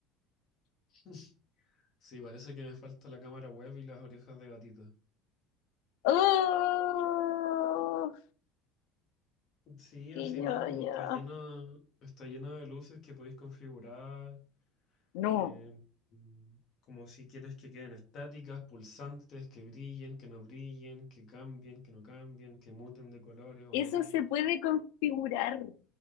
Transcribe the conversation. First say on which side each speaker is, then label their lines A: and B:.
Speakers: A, on the left; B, on the left.
A: <laughs> Sí, parece que me falta la cámara web y las orejas de gatito.
B: ¡Oh!
A: Sí,
B: que
A: así
B: yo,
A: mismo, está
B: yo.
A: llena, está llena de luces que podéis configurar.
B: No,
A: eh, mm, como si quieres que queden estáticas, pulsantes, que brillen, que no brillen, que cambien, que no cambien, que muten de colores o
B: eso
A: no.
B: se puede configurar.